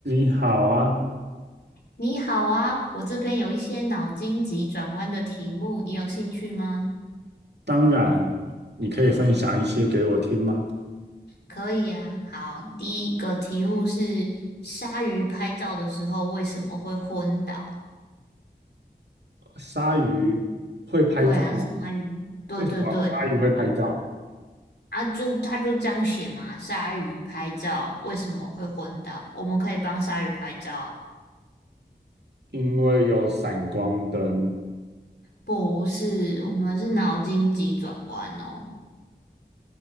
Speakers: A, on the right (about 75°); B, on the left (about 70°).
A: 你好啊，
B: 你好啊，我这边有一些脑筋急转弯的题目，你有兴趣吗？
A: 当然，你可以分享一些给我听吗？
B: 可以啊，好，第一个题目是鲨鱼拍照的时候为什么会昏倒？
A: 鲨鱼会拍照吗？
B: 对啊，鲨鱼，对对对，
A: 为什么鲨鱼会拍照？
B: 啊就他就这样写嘛，鲨鱼拍照为什么会昏倒？我们可以帮鲨鱼拍照啊？
A: 因为有闪光灯。
B: 不是，我们是脑筋急转弯哦，